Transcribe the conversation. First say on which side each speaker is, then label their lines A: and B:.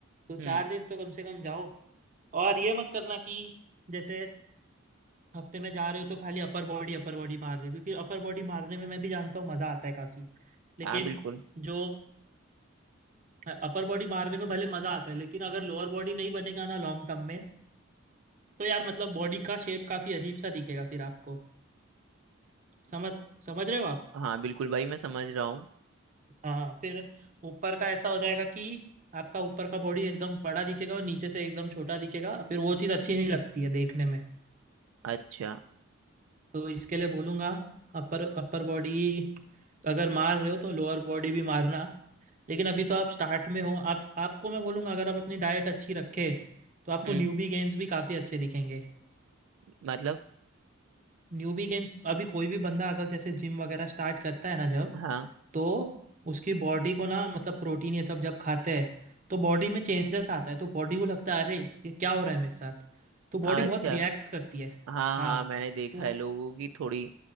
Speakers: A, on the right; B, on the right.
A: तो चार
B: हम्म।
A: दिन तो कम से कम जाओ और ये मत करना कि जैसे हफ्ते में जा रहे हो तो खाली अपर बॉडी अपर बॉडी मार रहे हो क्योंकि अपर बॉडी मारने में मैं भी जानता हूँ मज़ा आता है काफ़ी लेकिन
B: हाँ बिल्कुल
A: जो अपर बॉडी मारने में भले मज़ा आता है लेकिन अगर लोअर बॉडी नहीं बनेगा ना लॉन्ग टर्म में तो यार मतलब बॉडी का शेप काफ़ी अजीब सा दिखेगा फिर आपको समझ समझ रहे हो आप
B: हाँ बिल्कुल भाई मैं समझ रहा हूँ
A: हाँ फिर ऊपर का ऐसा हो जाएगा कि आपका ऊपर का बॉडी एकदम बड़ा दिखेगा और नीचे से एकदम छोटा दिखेगा फिर वो चीज़ अच्छी नहीं लगती है देखने में
B: अच्छा
A: तो इसके लिए बोलूँगा अपर अपर बॉडी अगर मार रहे हो तो लोअर बॉडी भी मारना लेकिन अभी तो आप स्टार्ट में हो आप आपको मैं बोलूँगा अगर आप अपनी डाइट अच्छी रखे तो आपको
B: हम्म
A: न्यूबी गेंस भी काफ़ी अच्छे दिखेंगे
B: मतलब
A: न्यूबी गेंस अभी कोई भी बंदा अगर जैसे जिम वगैरह स्टार्ट करता है ना जब
B: हाँ
A: तो उसकी बॉडी को ना मतलब प्रोटीन ये सब जब खाते हैं तो बॉडी में चेंजेस आता है तो बॉडी को लगता है अरे ये क्या हो रहा है मेरे साथ तो बॉडी
B: अच्छा
A: बहुत रिएक्ट करती है
B: हाँ
A: हाँ
B: हाँ मैंने देखा
A: तो
B: है लोगों की थोड़ी